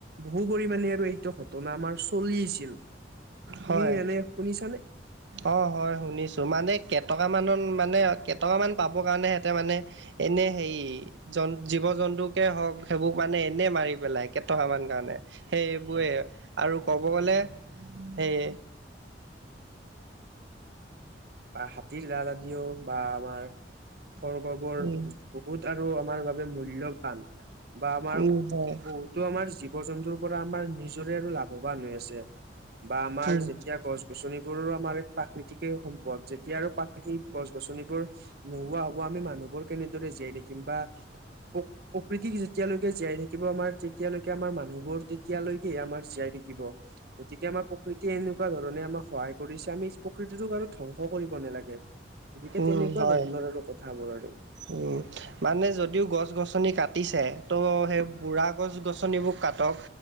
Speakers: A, on the right; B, on the right.
A: বহু পৰিমাণে আৰু এইটো ঘটনা আমাৰ চলি আছিল, তুমি
B: হয়
A: এনে শুনিছানে?
B: অ হয় শুনিছোঁ, মানে কেইটকামানত মানে কেইটকামান পাবৰ কাৰণে সেহঁতে মানে এনেই সেৰি জ জীৱ জন্তুকে হওক, সেইবোৰ মানে এনেই মাৰি পেলাই কেইটকমান কাৰণে সেইবোৰে
A: হয়
B: আৰু কব গলে, সেই
A: বা হাতীৰ ৰা জাতিয়, ‌ বা আমাৰ সৰ্গবোৰ
B: উম
A: বহুত আৰু আমাৰ বাবে মূল্যবান বা আমাৰ
B: উম
A: বহুত
B: হয়
A: বহুতো আমাৰ জীৱ জন্তুৰ পৰা আমাৰ নিজৰে আৰু লাভৱান হৈ আছে বা আমাৰ
B: উম,
A: যেতিয়া গছ গছনিবোৰো আমাৰ এক প্ৰাকৃতিকে সম্পদ যেতিয়া আৰু প্ৰাকৃতিক গছ গছনিবোৰ নোহোৱা হব আমি মানুহবোৰ কেনেদৰে জীয়াই থাকিম বা প প্ৰকৃতি যেতিয়ালৈকে জীয়াই থাকিব আমাৰ, তেতিয়ালৈকে আমাৰ মানুহবোৰ তেতিয়ালৈকেহে আমাৰ জীয়াই থাকিব তেতিয়া আমাৰ প্ৰকৃতিয়ে এনেকুৱা ধৰণে আমাক সহায় কৰিছে আমি প্ৰকৃতিটোক আৰু ধ্বং ধ্বংস কৰিব নালাগে, এতিয়া
B: উম
A: তেনেকুৱা
B: হয়।
A: ধৰণৰ আৰু কথাবোৰ আৰু
B: উম মানে যদিও গছ গছনি কাটিছে, তহ সেই বুঢ়া গছ গছনিবোৰ কাটক